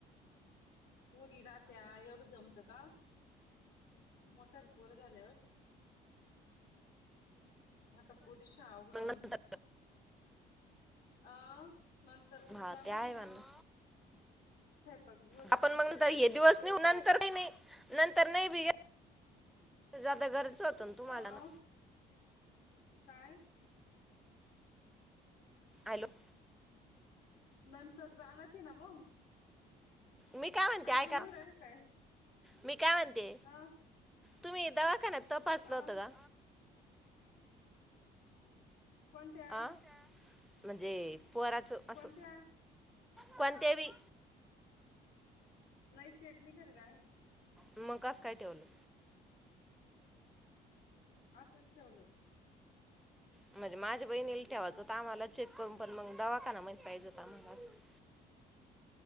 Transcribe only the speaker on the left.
पुरी रात्या एवढं जमतं का मोठ्याले पोर झाल्यावर आता पोरीची शाळा उघडण
अ नंतर उजूक
जाणच
येना
स्वयंपाक बी होत
नई तिच्या
आज्जी
कुन
डिंपलच्या
अ काय?
नंतर जाणचेना मंग
ऐकू
ला एउ राहीलय काय
अ
अ
कोणत्या
कोणत्या
नाइ चेक नाय करत आम्ही
असंच ठेवल